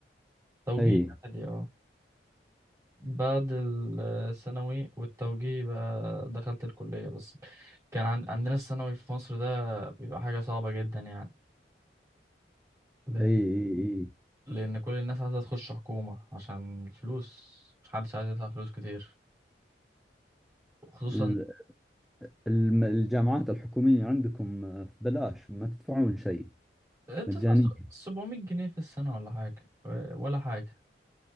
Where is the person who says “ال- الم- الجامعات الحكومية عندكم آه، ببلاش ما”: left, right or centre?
Centre